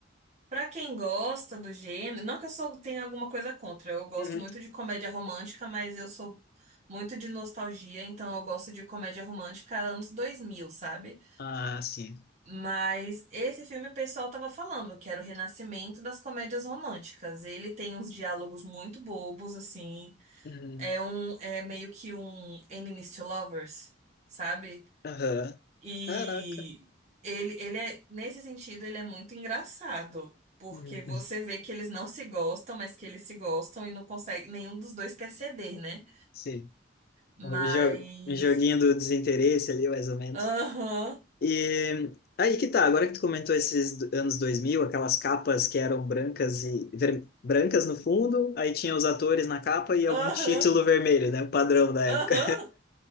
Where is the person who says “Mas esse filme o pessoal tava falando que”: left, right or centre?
Right